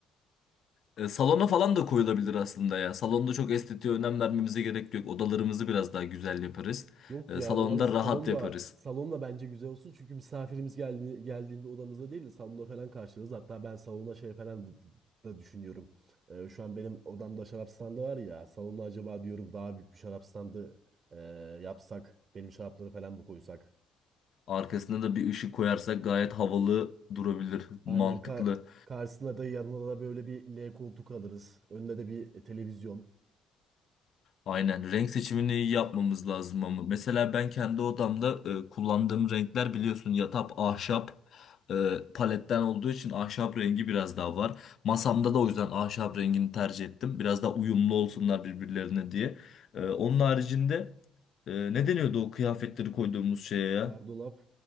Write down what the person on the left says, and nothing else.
e, salona falan da koyulabilir aslında ya. Salonda çok estetiğe önem vermemize gerek yok. Odalarımızı biraz daha güzel yaparız.
E,
salonda
rahat yaparız.
Arkasına da bir ışık koyarsak gayet havalı durabilir,
mantıklı.
Aynen renk seçimini iyi yapmamız lazım ama mesela ben kendi odamda e, kullandığım renkler biliyorsun yatap ahşap e, paletten olduğu için ahşap rengi biraz daha var. Masamda da o yüzden ahşap rengini tercih ettim. Biraz daha uyumlu olsunlar birbirlerine diye. E, onun haricinde e, ne deniyordu o kıyafetleri koyduğumuz şeye ya?